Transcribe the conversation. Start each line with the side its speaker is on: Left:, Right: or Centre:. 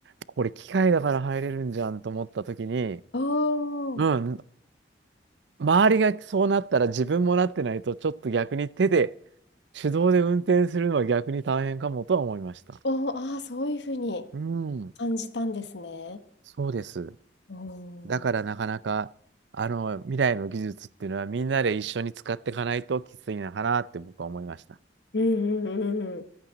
Right: これ機械だから入れるんじゃんと思った時に、
Left: お
Right: うん、
Left: ー、
Right: 周りがそうなったら自分もなってないと、ちょっと逆に手で、手動で運転するのは逆に大変かもとは思いました。
Left: おー、ああ、そういうふうに
Right: うん、
Left: 感じたんですね。
Right: そうです。
Left: おー、
Right: だからなかなか、あの、未来の技術っていうのはみんなで一緒に使っていかないときついのかなって僕は思いました。
Left: うんうんうんうん。